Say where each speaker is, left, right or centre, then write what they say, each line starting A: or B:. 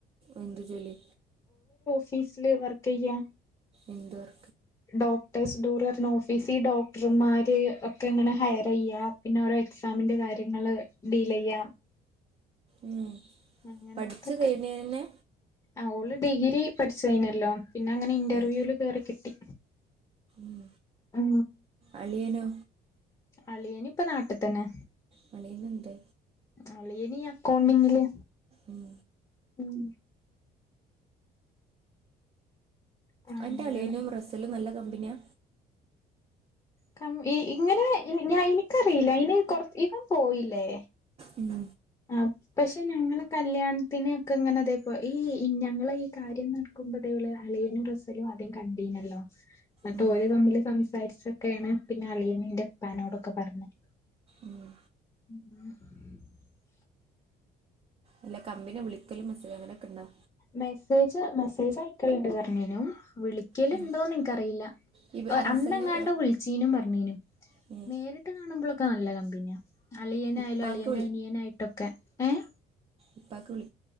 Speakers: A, on the right; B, on the left.
A: ഒന്തുു ജലി
B: ഫീസ്ില വർക്ക ചെയയ
A: ഇന്ദോർ
B: ഡോക്ടേഴസ് ഡൂർ ഓഫീസിൽ ഡോക്ടർമാര് ഒക്കെ അങ്ങനെ ഹയർ ചെയ്യാ പിന്നെ ഓരോ എക്സാമിന്റെ കാര്യങ്ങള് ഡീൽ ചെയ്യാം
A: ഉം
B: അങ്ങനെത്തൊക്കെ
A: പഠിച്ചു നേടിയന്നെ
B: അള് ഡിഗ്രി പഠിച്ചനല്ലോ പിന്നെ അങ്ങനെ ഇന്റർവ്യൂല്
A: ഉം
B: കേറി കിട്ടി
A: ഉം
B: ഉ
A: അളിയനോ
B: അളിയനി ഇപ്പ നാട്ടിൽത്തന്നെ
A: മനിയല്ലണ്ട്
B: ആല്ലേ ഇനി അക്കൗണ്ടിങ്ങില്
A: ഉം
B: ഉം ആ
A: എന്റെ
B: അങ്ങനെ
A: അളിയനും റസലും നല്ല കമ്പനിയാ
B: ക ഇങ്ങനെ ഞാൻ എനിക്കറിയില്ല അന് കൊറ ഇവൻ പോയില്ലേ
A: ഉം
B: ആ പക്ഷെ ഞങ്ങള് കല്യാണം ത്തിന്നെയൊക്കെ ഇങ്ങനെ അതേപ്പോ ഈ ഞങ്ങൾ ഈ കാര്യം നടക്കുമ്പോ അതേ അളിയനും റസലും ആദ്യം കണ്ടീനല്ലോ എന്നിട്ട്
A: ഉം
B: ഓരോ തമ്മില് സംസാരിച്ചൊക്കെയാണ് പിന്നെ അളിയൻ എറെപ്പാനോടൊക്കെ പറഞ്ഞത്
A: ഉം
B: അ
A: അല്ല കമ്പിനെ വിളിക്കലും മസ്സജ അങ്ങനെയൊക്കെ ഉണ്ടോ
B: മെസ്സേജ് മെസ്സേജ് ആയക്കലിണ്ട് കഞ്ഞനും വിളിക്കലുണ്ടോന്ന്
A: ഉം
B: നിനക്ക്റിയില്ല
A: ഈ റസല്
B: അന്ന എങ്ങാണ്ടോ വിളിച്ചീനും പറഞ്ഞനും
A: ഉം
B: നേരിട്ട് കാണുമ്പോഴൊക്കെ നല്ലത പിന്നെ അളിയന
A: ഇപ്പാക്ക്
B: ആയാലോ അളിയറെ അനിയന ആായിട്ടൊക്കെ ഏഹ
A: ഇപ്പാക്കക്ക്ളും